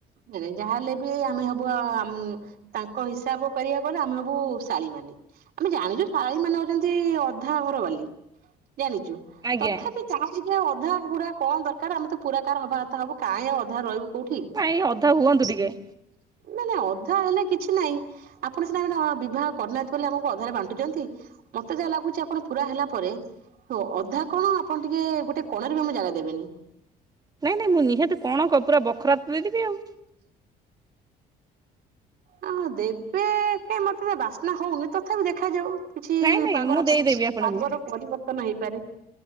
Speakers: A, on the right (about 65°); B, on the right (about 25°).
A: ନାଇଁ ନାଇଁ ଯାହାହେଲେ ବି ଆମେ ହବୁ ଆ-ଆମ୍ ତାଙ୍କ ହିସାବ କରିବାକୁ ଗଲେ ଆମେ ହବୁ ଶାଳୀ ମାନେ। ଆମେ ଜାଣିଚୁ ଶାଳୀ ମାନେ ହଉଚନ୍ତି ଅଧା ଘର ବାଲି ଜାଣିଚୁ
B: ଆଜ୍ଞା
A: ତଥାପି କାଇଁ କି ଅଧା ପୁରା କଣ ଦରକାର ଆମେ ତ ପୁରା କାର ହବା କଥା ହବୁ କାଁଇ ଆଉ ଅଧାରେ ରହିବୁ। କୋଉଠି
B: ନାଇଁ ଅଧା ହୁଅନ୍ତୁ ଟିକେ?
A: ନା ନା ଅଧା ହେଲେ କିଛି ନାହିଁ ଆପଣ ସିନା ଏବେ ବିବାହ କରିନାହାନ୍ତି ଆମକୁ ଅଧାରେ ବାଣ୍ଟୁଛନ୍ତି ମତେ ଯାହା ଲାଗୁଛି ଆପଣ ପୁରା ହେଲା ପରେ ତୋ ଅଧା କଣ ଆପଣ ଟିକେ ଗୋଟେ କୋଣରେ ବି ଆମକୁ ଜାଗା ଦେବେନି।
B: ନାଇଁ ନାଇଁ ମୁଁ ନିହାତି କଣ କ ପୁରା ବଖରା ତ ଦେଇଦେବି ଆଉ।
A: ହଁ ଦେବେ କାଇଁ ମତେ ତ ବାସ୍ନା ହଉନି ତଥାପି ଦେଖାଯାଉ। କିଛି
B: ନାଇଁ ନାଇଁ
A: ପାଗର
B: ମୁଁ ଦେଇଦେବି
A: ପରି-
B: ଆପଣଙ୍କୁ
A: ପାଗର ପରିବର୍ତ୍ତନ ହେଇପାରେ।